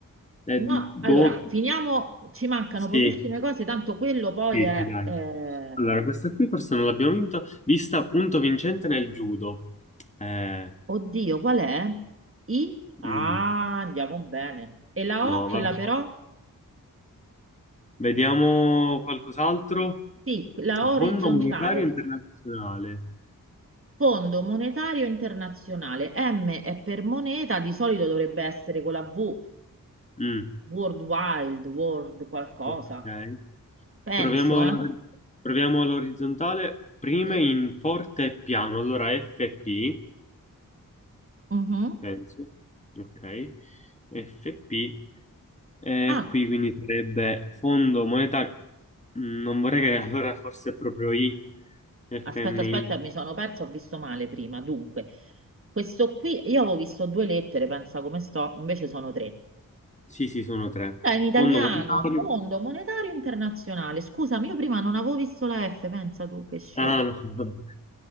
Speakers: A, on the left; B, on the right.
A: Eh,
B: no,
A: boh,
B: allora, finiamo, ci mancano
A: sì,
B: pochissime cose, tanto quello poi
A: sì,
B: è...
A: sì, dai.
B: eh,
A: Allora, questa qui forse non l'abbiamo vinto, vista appunto vincente nel judo. Eh,
B: Oddio, qual è? I?
A: mm,
B: Ah, andiamo bene. E la
A: no,
B: O, quella
A: vabbè.
B: però?
A: Vediamo qualcos'altro.
B: Sì, la O
A: Fondo
B: orizzontale.
A: monetario internazionale.
B: Fondo monetario internazionale. M è per moneta, di solito dovrebbe essere con la V,
A: Mm,
B: World Wild, World qualcosa.
A: ok.
B: Penso,
A: Proviamo
B: eh?
A: la- proviamo l'orizzontale, prime
B: Sì.
A: in forte e piano. Allora FP,
B: Mhm.
A: penso. Ok, FP. E
B: Ah,
A: qui quindi sarebbe fondo monetario. Mm, Non vorrei che allora forse è proprio I, FMI.
B: aspetta, aspetta, mi sono perso, ho visto male prima. Dunque, questo qui, io avevo visto due lettere, pensa come sto, invece sono tre.
A: Sì, sì, sono tre.
B: Era in italiano,
A: Fondo monetario.
B: Fondo Monetario Internazionale. Scusami, io prima non avevo visto la F, pensa tu che scemo.
A: Ah, no. <laughs>